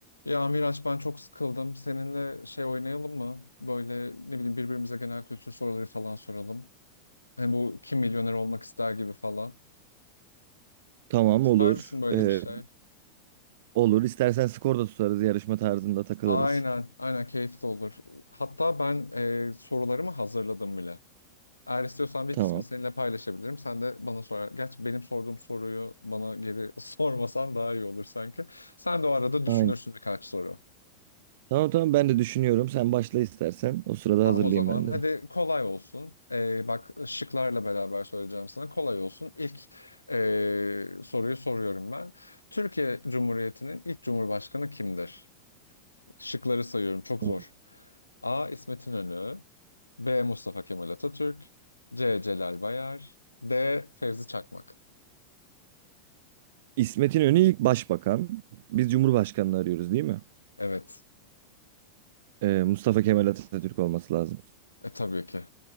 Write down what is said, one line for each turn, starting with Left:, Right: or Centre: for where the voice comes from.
Left: Ya Miraç ben çok sıkıldım. Seninle şey oynayalım mı? Böyle ne bileyim birbirimize genel kültür soruları falan soralım. Hani bu kim milyoner olmak ister gibi falan.
Right: Tamam
Left: İster
Right: olur.
Left: misin böyle
Right: Ee,
Left: bir şey?
Right: olur. İstersen skor da tutarız. Yarışma tarzında takılırız.
Left: Aynen, aynen keyifli olur. Hatta ben e, sorularımı hazırladım bile. Eğer istiyorsan bir
Right: Tamam.
Left: kısmını seninle paylaşabilirim. Sen de bana sorar. Gerçi benim sorduğum soruyu bana geri <laughs> sormasan daha iyi olur sanki. Sen de o arada düşünürsün
Right: Aynen.
Left: birkaç soru.
Right: Tamam tamam ben de düşünüyorum. Sen başla istersen. O sırada
Left: Tamam
Right: hazırlayayım
Left: o zaman.
Right: ben
Left: Hadi
Right: de.
Left: kolay olsun. Ee, bak şıklarla beraber söyleyeceğim sana. Kolay olsun. İlk ee, soruyu soruyorum ben. Türkiye Cumhuriyeti'nin ilk cumhurbaşkanı kimdir? Şıkları sayıyorum. Çok
Right: Tamam.
Left: zor. A. İsmet İnönü. B. Mustafa Kemal Atatürk. C. Celal Bayar. D. Fevzi Çakmak.
Right: İsmet İnönü ilk başbakan. Biz Cumhurbaşkanını arıyoruz değil mi?
Left: Evet.
Right: Ee, Mustafa Kemal Atatürk olması lazım.
Left: E tabii ki.